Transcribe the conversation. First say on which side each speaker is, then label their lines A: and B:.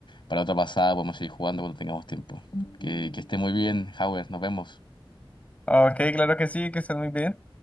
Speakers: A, on the left (about 65°); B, on the left (about 15°).
A: para otra pasada podemos seguir jugando cuando tengamos tiempo. Que, que esté muy bien, Howard. Nos vemos.
B: Ok, claro que sí, que estés muy bien.